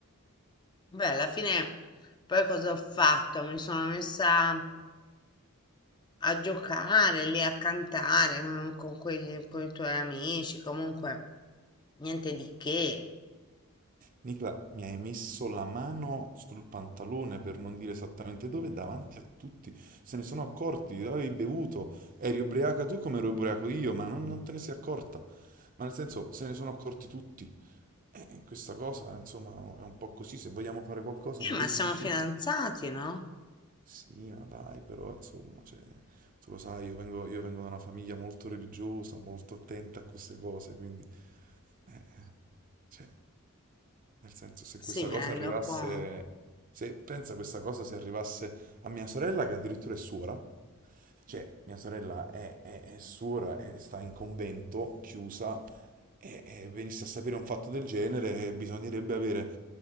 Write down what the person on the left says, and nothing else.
Beh, alla fine poi cosa ho fatto? Mi sono messa a giocare lì, a cantare con, con quegli- con i tuoi amici, comunque niente di che.
Eh, ma
siamo fidanzati, no?
Sì,
mi
rendo
conto.